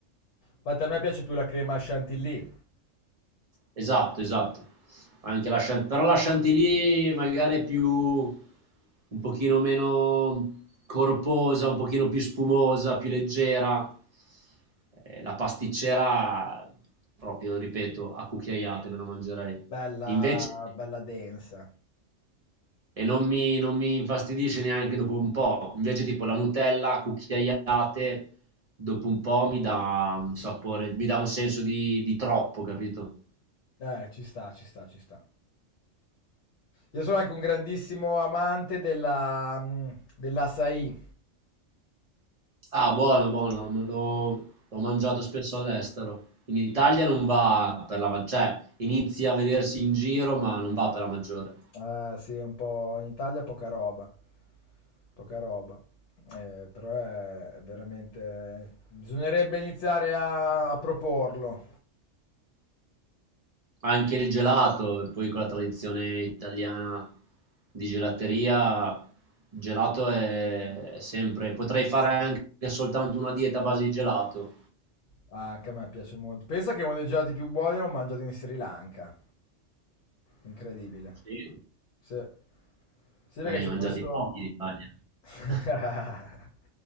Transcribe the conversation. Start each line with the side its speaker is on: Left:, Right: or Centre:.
Left: Infatti a me piace più la crema chantilly.
Right: Esatto, esatto. Anche la Chant- però la Chantilly magari è più un pochino meno corposa, un pochino più spumosa, più leggera. Eh, la pasticcera, proprio, ripeto, a cucchiaiate me la mangerei.
Left: Bella,
Right: Invece,
Left: bella densa.
Right: e non mi, non mi infastidisce neanche dopo un po'. Invece, tipo la Nutella a cucchiaiate, dopo un po' mi dà un sapore, mi dà un senso di, di troppo, capito?
Left: Eh, ci sta, ci sta, ci sta. Io sono anche un grandissimo amante della, mm, dell'açaí.
Right: Ah, buono, buono, me lo- l'ho mangiato spesso all'estero. In Italia non va per la maggiore, cioè inizia a vedersi in giro, ma non va per la maggiore.
Left: Eh, sì, un po' in Italia poca roba. Poca roba. Eh, però è veramente... Bisognerebbe iniziare a, a proporlo.
Right: Anche il gelato, e poi con la tradizione italiana di gelateria, il gelato è sempre... Potrei fare anche soltanto una dieta a base di gelato.
Left: Ah, Anche a me piace molto. Pensa che uno dei gelati più buoni l'ho mangiato in Sri Lanka. Incredibile.
Right: Sì.
Left: Sì. Sì, perché
Right: Ma ne
Left: c'è
Right: hai mangiati
Left: Incredibile. questo...
Right: pochi in Italia.
Left: <laughs>
Right: <laughs>